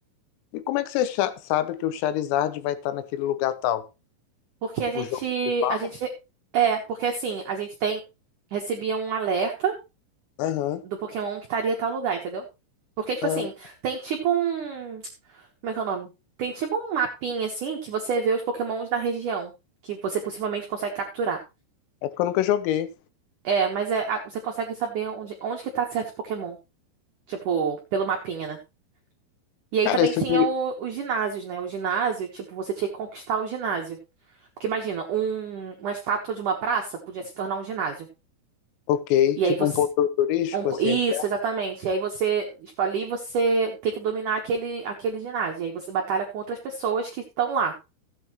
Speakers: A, on the left; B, on the right.
A: E como é que você cha- sabe que o Charizard vai estar naquele lugar tal?
B: Porque a gente,
A: O jogo que fala?
B: a gente, é, porque assim, a gente tem, recebia um alerta
A: Aham.
B: do Pokémon que estaria em tal lugar, entendeu? Porque, tipo
A: Ah,
B: assim, tem tipo um, como é que é o nome? Tem tipo um mapinha, assim, que você vê os Pokémons da região, que você possivelmente consegue capturar.
A: é porque eu nunca joguei.
B: É, mas é, a- você consegue saber onde, onde que tá certo Pokémon. Tipo, pelo mapinha, né? E aí
A: Cara,
B: também
A: isso
B: tinha
A: de.
B: o- os ginásios, né? O ginásio, tipo, você tinha que conquistar o ginásio. Porque imagina, um- uma estátua de uma praça podia se tornar um ginásio.
A: Ok,
B: E
A: tipo
B: aí você.
A: um ponto turístico,
B: um po-
A: assim,
B: isso, exatamente. E aí você, tipo, ali você tem que dominar aquele, aquele ginásio. E aí você batalha com outras pessoas que estão lá.